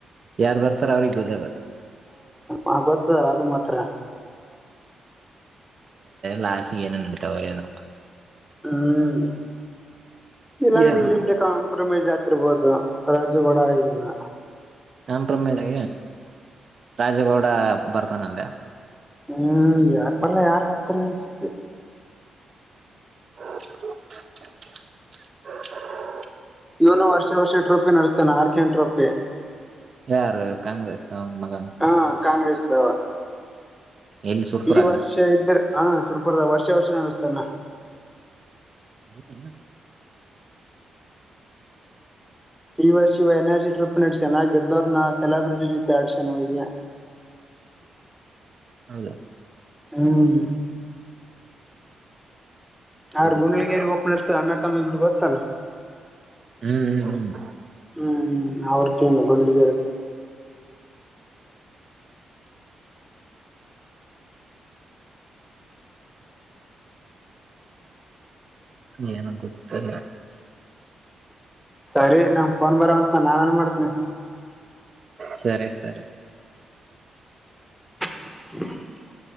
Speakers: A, on the right; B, in the centre.
A: ಯಾರ್ ಬರ್ತಾರ ಅವ್ರಗ್ ಬೇಜಾರ
B: ಹಾ ಗೊತ್ತದಲ್ಲ ಅದು ಮಾತ್ರ
A: ಲಾಾಸಿಗೆ ಏನ ನಡತಾವ ಏನಪ್ಪ
B: ಹ್ಮ್ ಇಲ್ಲಾಂದ್ರೆ
A: ಏನು
B: ಇವರಿಿಬ್ರ ಕಾಂಪ್ರಮೈಸ್ ಆತಿರ್ಬೋದು ರಾಜುಗಡಾ ಆಗನ
A: ನನ್ ಪ್ರಮೇಶ್ಗ ರಾಜೇಗೌಡ ಬರ್ತಾನಂದೆ
B: ಹ್ಮ್ ಯಾಕ್ ಬರ್ಲ ಯಾರ್ ಬರ್ತಾರ ಅನ್ಸತಿ
A: <unintelligible>
B: ಇವನು ವರ್ಷ ವರ್ಷ ಟ್ರೋಫಿ ನಡೆಸ್ತಾನ ಆಾರ್ಕೆಂಟ್ರೊಪ್ಪಿ
A: ಯಾರು ಕಾಂಗ್ರೆಸ್ ಅವನ್ ಮಗ
B: ಹಾ ಕಾಂಗ್ರೆಸ್ ವ
A: ಎಲ್ಲಿ ಸುರ್ಪುರಾಗ
B: ಈ ವರ್ಷ ಇದ್ರ ಹಾ ಸುರ್ಪರ್ದ ವರ್ಷ ವರ್ಷ ನಡೆಸ್ತಾನ
A: ಹೌತ್ತ
B: ಈ ವರ್ಷ ಇವ ಎನರ್ಜಿ ಟ್ರಿಪ್ ನಡಸ್ಯಾನ ಗೆದ್ದೋ್ರ ನ ಸೆಲೆಬ್ರಿಟಿ ಜೊತೆ ಆಡ್ಸನ್ ಹೋಗಿ
A: ಹೌದಾ
B: ಹ್ಮ್ ಯಾರ
A: ಗೊತ್ತಿಲ್ಲ
B: ಗುಂಡಲಗಿಯರಿ ಓಪನರ್ಸ್ ಅನಾಥಮ ಗೋತಲ್ಲ
A: ಹ್ಮ್ ಹ್ಮ್ ಹ್ಮ್
B: ಹ್ಮ್ ಅವ್ರ ಟೀಮ್ ಗುಡಗೀರ್ ಇರುತ್ತೆ
A: ಏನ ಗೊತ್ತಿಲ್ಲ
B: ಸರಿ ನಮ್ ಫೋನ್ ಬರೋವಂತ ನನ್ ಆಮೇಲೆ ಮಾಡ್ತಿನಿ
A: ಸರಿ ಸರಿ
B: <unintelligible>